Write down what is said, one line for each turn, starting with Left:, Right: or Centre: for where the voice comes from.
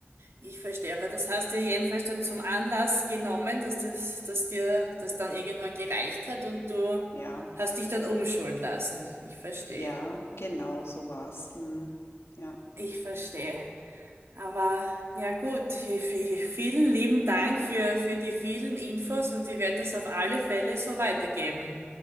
Right: Ich verstehe, aber das hast du ja jedenfalls dann zum Anlass genommen, dass das, dass dir das dann irgendwann gereicht hat und du
Left: Ja,
Right: hast dich dann umschulen lassen. Ich verstehe.
Left: ja, genau, so war's. Mhm. Ja.
Right: Ich verstehe. Aber ja gut, <laughs> vi- vielen lieben Dank für, für die vielen Infos und ich werde es auf alle Fälle so weitergeben.